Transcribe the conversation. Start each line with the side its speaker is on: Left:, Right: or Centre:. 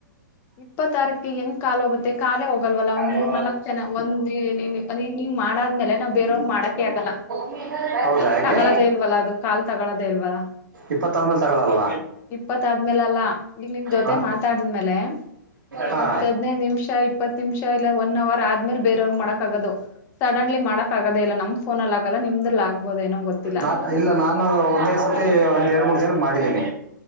Left: ಇಪ್ಪತ್ ತಾರೀಕಿಗೆ ಹೆಂಗ್ ಕಾಲ್ ಹೋಗುತ್ತೆ ಕಾಲೇ ಹೋಗಲ್ವಲ್ಲ ಒಂದ್ ಮೂರ್
Right: ೊ
Left: ನಾಲ್ಕ್ ಜನ ಒಂದ್ ನೀವ್ ಮಾಡಾದ್ಮೇಲೆ ನಾವ್ ಬೇರೆಯವ್ರ ಮಾಡಕೆ ಆಗಲ್ಲ
Right: ಮಾ ಹೌದಾ ಯಾಕೆ
Left: ತಗಳದೇ ಇಲ್ವಲ್ಲ ಅದು ಕಾಲ್ ತಗಳದೇ ಇಲ್ವಲ್ಲ
Right: ಇಪ್ಪತ್ತೊಂದೇಲ್ ತಗೊಳಲ್ವಾ
Left: ಇಪ್ಪತ್ ಆದ್ಮೇಲೆ ಅಲ್ಲ ಈಗ ನಿಮ್ ಜೊತೆ
Right: ಹಾ
Left: ಮಾತಾಡಿದ್ಮೇಲೆ
Right: ಹಾ
Left: ಹತ್ ಹದ್ನೈದ್ ನಿಮಿಷ ಇಪ್ಪತ್ ನಿಮಿಷ ಇಲ್ಲ ಒನ್ ಅವರ್ ಆದ್ಮೇಲೆ ಬೇರೆಯವ್ರಗ್ ಮಾಡಕ್ ಆಗದು ಸಡನ್ಲಿ ಮಾಡಕ್ ಆಗದೇ ಇಲ್ಲ ನಮ್ ಫೋನಲ್ಲಿ ಆಗಲ್ಲ ನಿಮ್ದ್ರಲ್ಲಿ ಆಗ್ಬೋದೇನೋ ಗೊತ್ತಿಲ್ಲ
Right: ನಾ ಇಲ್ಲ ನಾನು ಒಂದೇ ಸತಿ ಒಂದೆರಡು ಮೂರು ಜನ ಮಾಡಿದ್ದೀನಿ